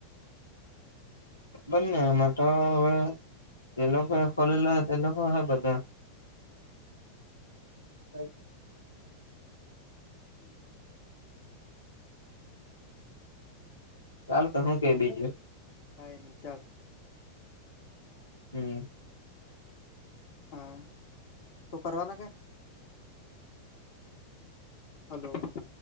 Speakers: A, on the left; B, on the left.
A: <unintelligible> <inaudible>
B: હમ હમ
A: ચાલ તો હું કઈ બીજું?
B: કઇ નહી ચાલ.
A: હમ્મ
B: હા તુ કરવાના કે? હલો- -